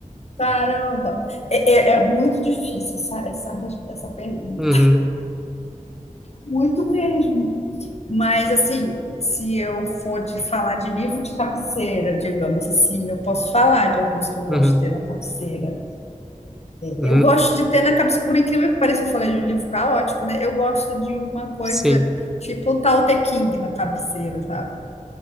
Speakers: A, on the left; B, in the centre.
A: Caramba, é, é- é muito difícil essa, essa, res- essa pergunta
B: Uhum,
A: Muito mesmo. Mas, assim, se eu for te falar de livro de cabeceira, digamos assim, eu posso falar de alguns que eu gosto
B: uhum,
A: de ter na cabeceira.
B: uhum,
A: Eu gosto de ter na cabeceira, por incrível que pareça, eu falei de um livro caótico, né? Eu gosto de uma coisa
B: sim.
A: tipo o Tao Te King na cabeceira, sabe?